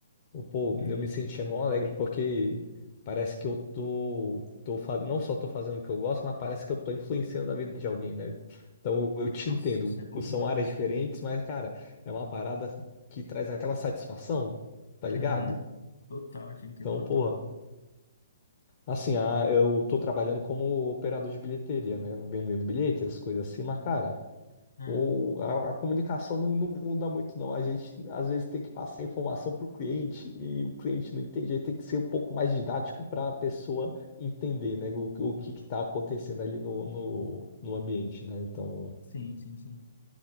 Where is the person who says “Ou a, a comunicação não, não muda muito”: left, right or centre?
Left